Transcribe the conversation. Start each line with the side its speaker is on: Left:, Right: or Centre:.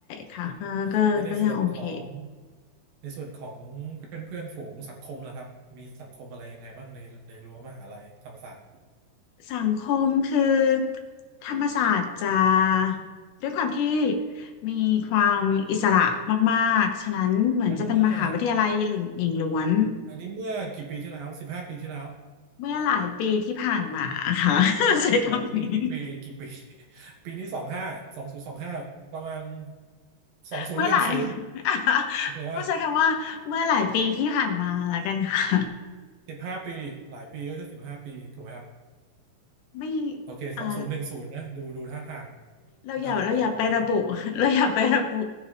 Left: ค่ะก็ก็ก็ยังโอเค
Right: โอเคแล้วในส่วนของในส่วนของเพื่อนเพื่อนฝูงสังคมล่ะครับมีสังคมอะไรยังไงบ้างในในรั้วมหาลัยธรรมศาสตร์
Left: สังคมคือธรรมศาสตร์จะด้วยความที่มีความอิสระมากๆฉะนั้นเหมือนจะเป็นมหาวิทยาลัยหญิงหล้วน
Right: อันนี้เมื่ออันนี้เมื่อกี่ปีที่แล้วสิบห้าปีที่แล้ว
Left: เมื่อหลายปีที่ผ่านมาค่ะ
Right: เหรอ
Left: <laughs> ใช้คำนี้
Right: หลายปีกี่ปีกี่ปี <laughs> ปีนี้สองห้าสองศูนย์สองห้าประมาณสองศูนย์หนึ่งศูนย์
Left: เมื่อหลาย <laughs>
Right: โอเคป่ะ
Left: ต้องใช้คำว่าเมื่อหลายปีที่ผ่านมาแล้วกันค่ะ
Right: สิบห้าปีหลายปีก็คือสิบห้าปีถูกไหมครับ
Left: ไม่
Right: โอเคสองศูนย์หนึ่งศูนย์นะดูดูท่าทาง
Left: อ่าเราอย่าเราอย่าไประบุ
Right: น่าจะตกประมาณ
Left: <laughs> เราอย่าไประบุ